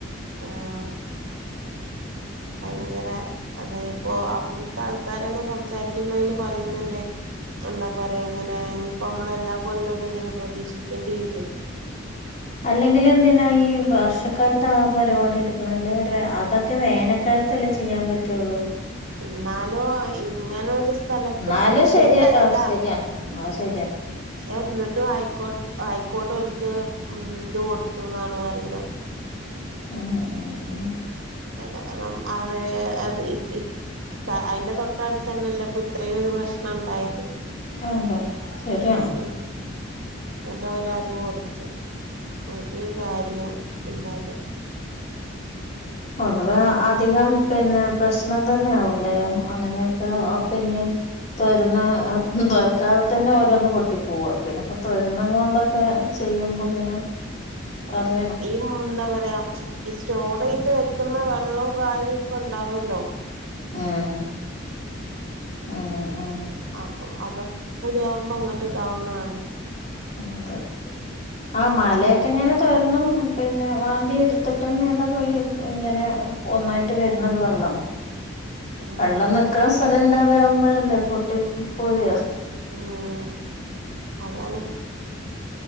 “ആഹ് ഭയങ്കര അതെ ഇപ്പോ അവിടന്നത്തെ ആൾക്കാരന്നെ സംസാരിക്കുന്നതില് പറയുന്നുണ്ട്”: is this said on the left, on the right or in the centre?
Right